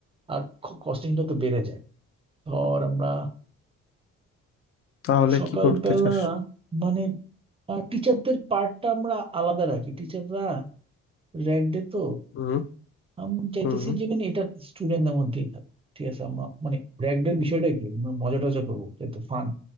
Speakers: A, on the right; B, on the left.
A: আর কস্টিংটা তো বেড়ে যায় ধর আমরা
B: তাহলে
A: সকালবেলা
B: কি করতে চাস
A: মানে টিচারদের পার্টটা আমরা আলাদা রাখি টিচাররা র্যাড ডে তো
B: হুম
A: আমি চাইতেছি
B: হুম হুম
A: যে মানে এটা স্টুডেন্টদের মধ্যেই থাক ঠিক আছে আমরা মানে র্যাগডের বিষয়টা কি আমরা মজা টজা করবো তাই তো ফান